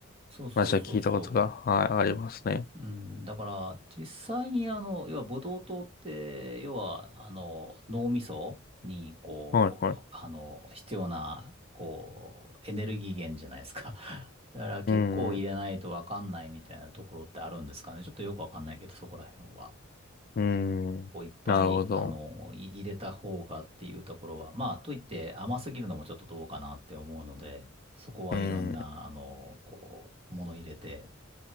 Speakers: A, on the right (about 30°); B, on the left (about 45°).
A: そうそうそうそう。
B: 話は聞いたことが、はい、ありますね。
A: うん、だから、実際にあの、要は、ブドウ糖って、要は、あの、脳みそに、こう、
B: はいはい。
A: あの、必要な、こう、エネルギー源じゃないですか。<laughs> だから、結構入れないとわかんないみたいなところってあるんですかね。
B: うん。
A: ちょっとよくわかんないけど、そこら辺は。
B: うん。
A: こういっぱい、
B: なるほど。
A: あの、い入れた方がっていうところは、まあ、といって甘すぎるのもちょっとどうかなって思うので、そこはいろんな、
B: うん。
A: あの、こう、もの入れて、